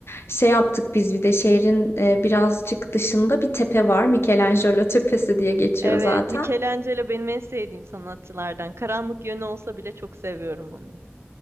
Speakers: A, on the left; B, on the right.
A: Şey yaptık biz bir de şehrin e, birazcık dışında bir tepe var. Michelangelo <laughs> Tepesi diye geçiyor
B: Evet,
A: zaten.
B: Michelangelo benim en sevdiğim sanatçılardan. Karanlık yönü olsa bile çok seviyorum onu.